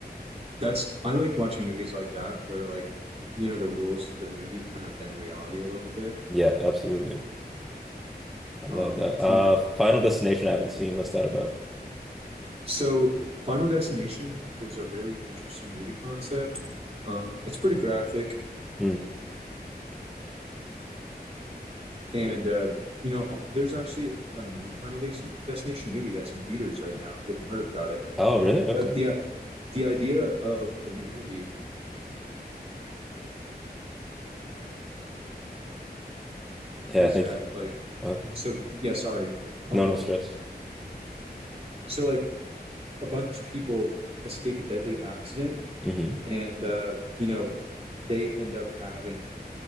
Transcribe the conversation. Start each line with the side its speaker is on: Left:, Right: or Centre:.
Right: That's I like watching movies like that where like, you know, the rules of the movie kind of bend reality a little bit.
Centre: Yeah, absolutely. I love
Right: Um,
Centre: that. Uh,
Right: um,
Centre: Final Destination, I haven't seen. What's that about?
Right: so Final Destination is a really interesting movie concept. Um, it's pretty graphic.
Centre: Hmm.
Right: And uh, you know, there's actually a new Final Des- Destination movie that's in theaters right now. If you haven't heard about it,
Centre: Oh, really? Okay.
Right: but the the idea of the movie
Centre: Yeah,
Right: is
Centre: thank
Right: that
Centre: you.
Right: like
Centre: Okay.
Right: so yeah sorry um
Centre: No, no stress.
Right: so like a bunch of people escape a deadly accident
Centre: hmm
Right: and uh you know they end up having